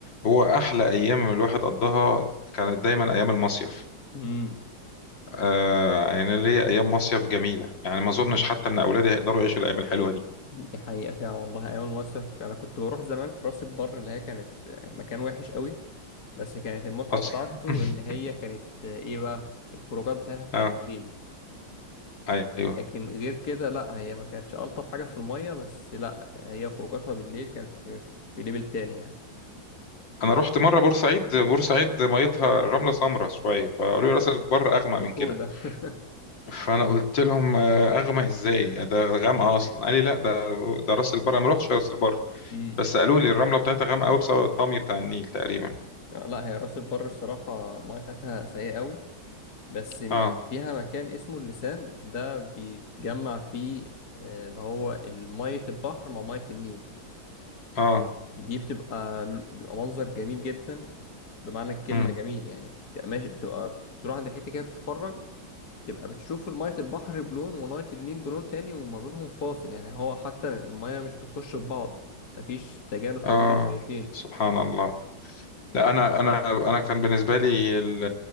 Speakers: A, on the left; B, on the left.
A: هو احلى ايام الواحد قضاها كانت دايما ايام المصيف
B: امم
A: آه يعني ليا ايام مصيف جميله يعني ما اظنش حتى ان اولادي هيقدروا يعيشوا الايام الحلوه دي
B: دي حقيقة فعلا والله أيام المصيف أنا كنت بروح زمان في راس البر اللي هي كانت مكان وحش قوي بس كانت المتعة
A: اصلا
B: بتاعته
A: <laughs>
B: إن هي كانت إيه بقى الخروجات بتاعتها بتاعت
A: اه
B: بالليل
A: ايوه
B: لكن غير كده لأ هي ما كانتش ألطف حاجة في المية بس لأ هي خروجاتها بالليل كانت في, في ليفل تاني يعني
A: انا رحت مره بورسعيد بورسعيد ميتها الرمله سمراء شويه فقالوا لي راس البر اغمق
B: ده
A: من
B: بترول
A: كده
B: ده <laughs>
A: فانا قلت لهم آه، اغمق ازاي ده غامقه اصلا قال لي لا ده ده راس البر أنا ما رحتش راس البر
B: امم
A: بس قالوا لي الرمله بتاعتها غامقه قوي بسبب الطمي بتاع النيل تقريبا
B: لأ هي راس البر الصراحة المية بتاعتها سيئة قوي بس م-
A: اه
B: فيها مكان اسمه اللسان ده بيتجمع فيه آه، اللي هو مية البحر مع مية النيل
A: اه
B: دي بتبقى بيبقى منظر جميل جدا بمعنى الكلمة
A: امم
B: جميل يعني بتبقى ماشي بتبقى تروح عند الحتة كده بتتفرج تبقى بتشوف مية البحر بلون ومية النيل بلون تاني وما بينهم فاصل يعني هو حتى المية مش بتخش في بعض مفيش تجانس
A: اه
B: ما بين الميتين
A: سبحان الله لا انا انا انا كان بالنسبه لي ال-